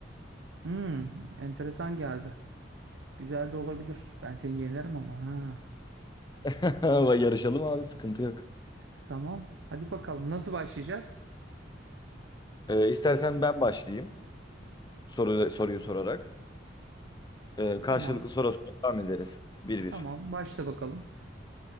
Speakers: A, on the right; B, on the left.
A: Hmm, enteresan geldi. Güzel de olabilir. Ben seni yenerim ama ha.
B: <laughs> Ama Yarışalım abi, sıkıntı yok.
A: Tamam. Hadi bakalım nasıl başlayacağız?
B: E, istersen ben başlayayım soru, soruyu sorarak. E, karşılıklı
A: Tamam.
B: soru soru devam ederiz. Bir
A: Tamam
B: bir.
A: başla bakalım.